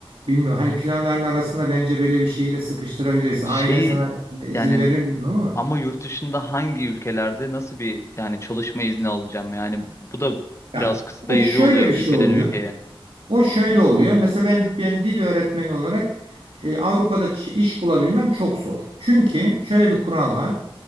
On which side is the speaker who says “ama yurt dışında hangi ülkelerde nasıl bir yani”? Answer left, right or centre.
Left